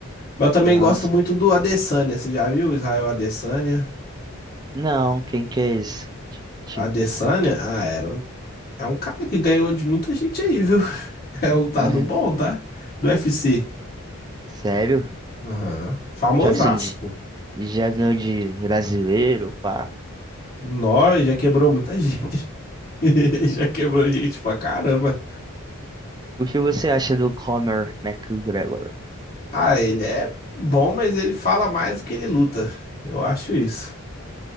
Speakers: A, on the left (about 40°); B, on the right (about 20°).
A: Mas eu também
B: Nossa,
A: gosto muito do Adesanya. Você já viu o Israel Adesanya?
B: não, quem que é esse? Ti- Tipo,
A: Adesanya? Ah, era um, é um cara que ganhou de muita gente aí, viu? <laughs> É um lutador
B: <laughs>
A: bom, tá? Do UFC.
B: sério?
A: Aham. Famosaço,
B: Tipo assim, j-
A: pô.
B: já ganhou de brasileiro, pá.
A: Nós já quebrou muita gente. <laughs> Já quebrou gente pra caramba.
B: O que você acha do Conor McGregor?
A: Ah, ele é bom, mas ele fala mais do que ele luta. Eu acho isso.